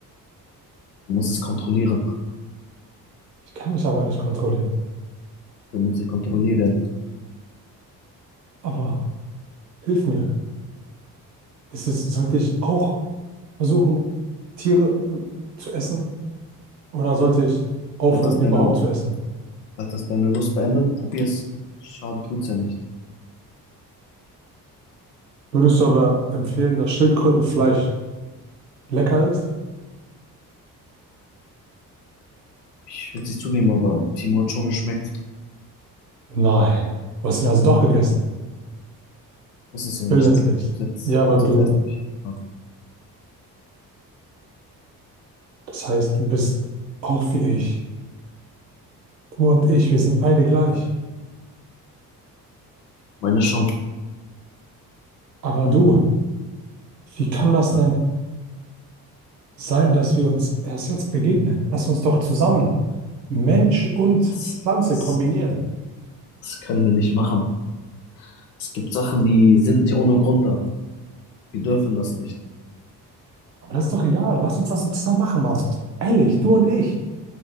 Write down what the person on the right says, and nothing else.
Ich kann mich aber nicht kontrollieren.
Aber hilf mir. Ist es, sollte ich auch versuchen, Tiere hm, zu essen? Oder sollte ich aufhören,
überhaupt zu essen?
Würdest du aber empfehlen, dass Schildkrötenfleisch lecker ist?
Nein. Du hast ihn also doch gegessen.
Willentlich.
Ja, aber
du,
das heißt, du bist auch wie ich. Du und ich, wir sind beide gleich.
Aber du, wie kann das
denn sein, dass wir uns erst jetzt begegnen? Lass uns doch zusammen Mensch und
Pflanze
kombinieren.
Aber das ist doch egal. Lass uns das doch zusammen machen, Mann. Ehrlich, du und ich.